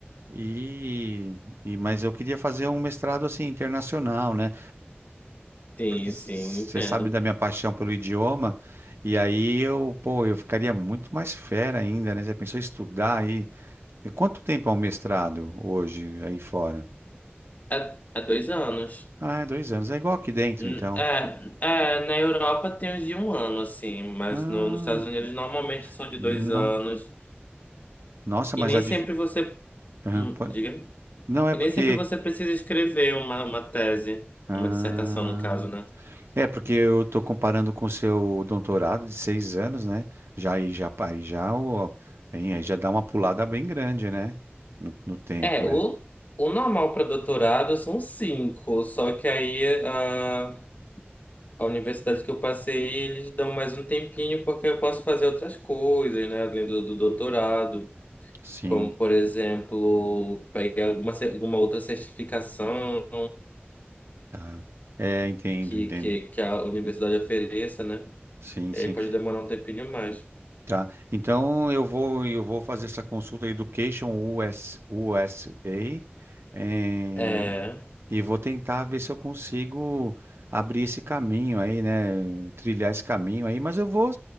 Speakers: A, on the right; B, on the left.
A: e, e mas eu queria fazer um mestrado assim internacional, né?
B: sim,
A: porque você
B: sim, entendo.
A: sabe da minha paixão pelo idioma, e aí eu, pô, eu ficaria muito mais fera ainda, né? Já pensou em estudar aí? E Quanto tempo é um mestrado hoje aí fora?
B: É, é dois anos.
A: Ah, é dois anos. É igual aqui dentro,
B: Hum,
A: então.
B: É, é, na Europa tem uns de um ano, assim, mas
A: Ah,
B: no- nos Estados Unidos normalmente são de
A: no-
B: dois anos.
A: nossa, mas
B: E nem
A: a dif...
B: sempre você.
A: Aham,
B: hum,
A: po-
B: diga.
A: Não é
B: E
A: porque.
B: nem sempre você precisa escrever uma, uma tese,
A: Ah,
B: uma dissertação, no caso, né?
A: é porque eu tô comparando com o seu doutorado de seis anos, né? Já aí já aí já o aí já dá uma pulada bem grande, né? no no tempo,
B: É,
A: né?
B: o, o normal para doutorado são cinco, só que aí a, a universidade que eu passei, eles dão mais um tempinho porque eu posso fazer outras coisas, né, além do do doutorado.
A: Sim.
B: Como, por exemplo, pegar alguma, cer- alguma outra certificação
A: Tá. É, entendo,
B: que,
A: entendo.
B: que, que a universidade ofereça, né?
A: Sim,
B: E
A: sim.
B: aí pode demorar um tempinho mais.
A: Tá. Então eu vou eu vou fazer essa consulta Education US, USA eh,
B: É,
A: e vou tentar ver se eu consigo abrir esse caminho aí, né? Trilhar esse caminho aí, mas eu vou